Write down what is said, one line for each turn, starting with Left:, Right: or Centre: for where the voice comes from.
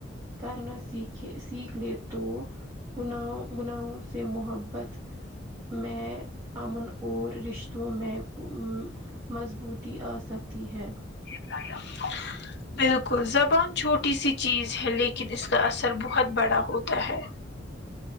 Right: کرنا سی سیکھ لے تو گنو گناہوں سے محبت میں امن اور رشتوں میں خو مضبوط تی آ سکتی ہے
Left: <inaudible> بالکل زبان چھوٹی سی چیز ہے لیکن اس کا اثر بہت بڑا ہوتا ہے